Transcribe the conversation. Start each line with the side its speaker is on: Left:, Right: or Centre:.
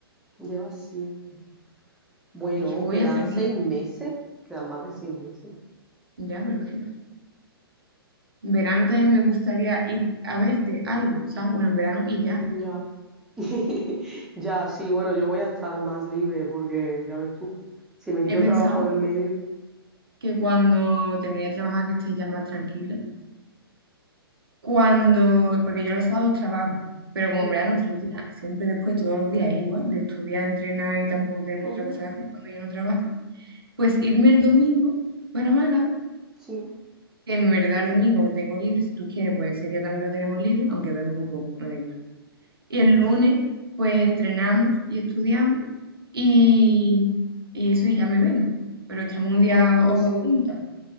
Centre: Llevas siete. Bueno,
Right: Es que voy
Centre: quedan
Right: hasta aquí.
Centre: seis meses, quedan más de seis meses.
Right: Ya, pero es que en verano también me gustaría ir a verte algo, ¿sabes? Bueno, en verano y ya.
Centre: Ya. <laughs> Ya, sí, bueno, yo voy a estar más libre porque, ya ves tú, si me quito
Right: He pensado
Centre: el trabajo de en medio.
Right: que cuando termine de trabajar que esté ya más tranquila Cuando, porque yo los sábados trabajo, pero como
Centre: Ujú,
Right: en verdad nuestra rutina siempre después, todos los días es igual, de estudiar, entrenar y tampoco tenemos
Centre: ujú,
Right: otra cosa que hacer cuando yo no trabajo, pues irme el domingo para Málaga,
Centre: sí.
Right: que en verdad el domingo lo tengo libre, si tú quieres, pues ese día también lo tenemos libre, aunque duermo muy poco, me da igual. Y el lunes, pues entrenamos y estudiamos y, y eso y ya me vengo, pero estamos un día
Centre: Ah,
Right: o
Centre: pues
Right: dos
Centre: sí.
Right: juntas